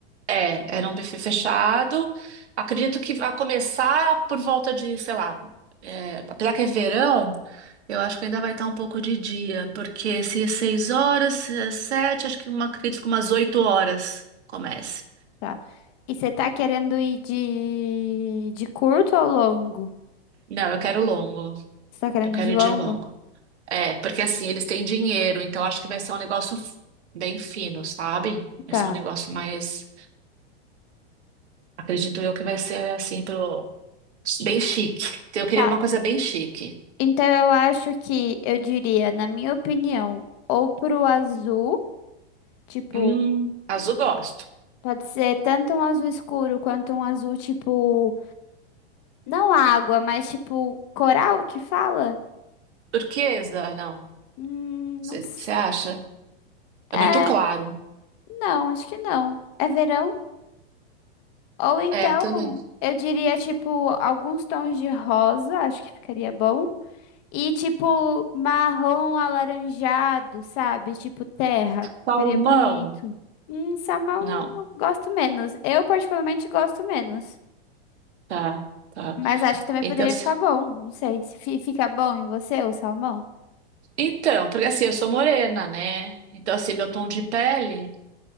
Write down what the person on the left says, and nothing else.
Tá. E você tá querendo ir de, de curto ou longo?
Você tá querendo
ir de
longo?
Tá.
Tá.
Então eu acho que eu diria, na minha opinião, ou pro azul, tipo,
pode ser tanto um azul escuro quanto um azul tipo, não água, mas tipo coral que fala?
Hum,
não sei.
É,
não, acho que não. É verão? Ou então,
eu diria tipo alguns tons de rosa, acho que ficaria bom. E tipo marrom alaranjado, sabe? Tipo terra.
Ficaria bonito. Hum, salmão
gosto menos. Eu particularmente gosto menos.
Mas acho que também
poderia
ficar bom. Não sei se fi- fica bom em você o salmão.